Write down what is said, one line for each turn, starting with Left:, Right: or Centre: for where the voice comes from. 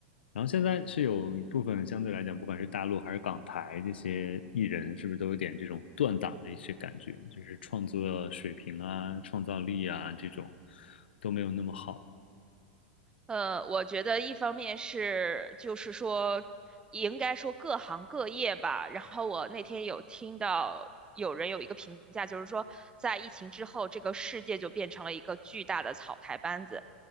Left: 然后现在是有一部分相对来讲，不管是大陆还是港台这些艺人，是不是都有点这种断档的一些感觉，就是创作水平啊、创造力啊这种都没有那么好了。
Right: 呃，我觉得一方面是就是说，应该说各行各业吧。然后我那天有听到有人有一个评价，就是说在疫情之后，这个世界就变成了一个巨大的草台班子。